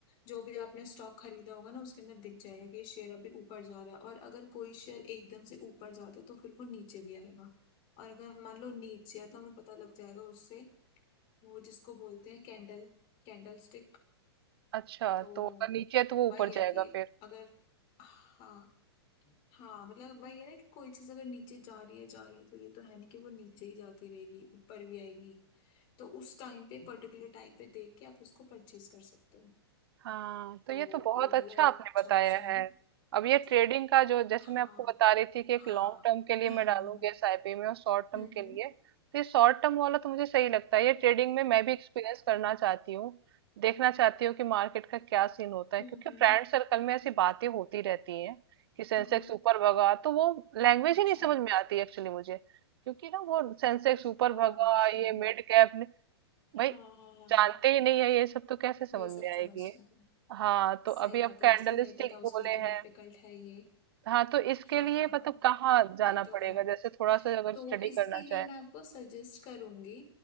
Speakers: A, on the left; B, on the right.
A: जो भी आपने स्टॉक खरीदा होगा ना उसके अंदर दिख जाएगा कि ये शेयर अभी ऊपर जा रहा है और अगर कोई शेयर एकदम से ऊपर जाता है तो फिर वो नीचे भी आएगा और अगर मान लो नीचे है तो हमें पता लग जाएगा उससे वो जिसको बोलते हैं कैंडल कैंडल स्टिक
B: अच्छा
A: तो
B: तो अगर नीचे है तो वो ऊपर
A: वही है
B: जाएगा
A: कि
B: फिर
A: अगर हाँ हाँ मतलब वही है ना कि कोई चीज अगर नीचे जा रही है जा रही है तो ये तो है नहीं कि वो नीचे ही जाती रहेगी ऊपर भी आएगी तो उस टाइम पे पर्टिकुलर टाइम पे देख के आप उसको परचेज कर सकते हो
B: हाँ तो
A: तो
B: ये तो बहुत
A: ये वाला
B: अच्छा
A: एक
B: आपने
A: अच्छा
B: बताया
A: ऑप्शन है
B: है अब
A: मतलब
B: ये ट्रेडिंग का जो जैसे
A: हाँ
B: मैं आपको बता रही थी कि एक
A: हाँ
B: लॉन्ग टर्म के लिए
A: <laughs> हम्म
B: मैं डालूंगी एसआईपी में और शॉर्ट टर्म
A: हम्म
B: के लिए तो ये शॉर्ट टर्म वाला तो मुझे सही लगता है ये ट्रेडिंग में मैं भी एक्सपीरियंस करना चाहती हूँ देखना चाहती हूँ कि मार्केट का क्या सीन होता है
A: हम्म
B: क्योंकि
A: हम्म
B: फ्रेंड सर्कल में ऐसी बातें होती रहती हैं कि सेंसेक्स
A: हम्म,
B: ऊपर भगा तो वो लैंग्वेज
A: अच्छा
B: ही नहीं समझ में आती एक्चुअली मुझे क्योंकि ना वो सेंसेक्स ऊपर
A: ओ
B: भगा
A: <laughs>
B: ये मिड कैप
A: हाँ
B: भाई जानते ही नहीं है ये सब तो कैसे समझ
A: ये सब
B: में आएगी
A: समझना था
B: हाँ
A: सही
B: तो अभी
A: बात
B: आप
A: है
B: कैंडल
A: जिसको नहीं
B: स्टिक
A: पता उसके
B: बोले
A: लिए तो
B: हैं
A: डिफिकल्ट है ये
B: हाँ तो इसके
A: हाँ
B: लिए
A: हाँ
B: मतलब
A: हाँ
B: कहाँ जाना
A: ये तो
B: पड़ेगा
A: है
B: जैसे थोड़ा सा अगर
A: तो
B: स्टडी
A: इसके
B: करना
A: लिए
B: चाहे
A: मैं
B: तो
A: आपको सजेस्ट करूंगी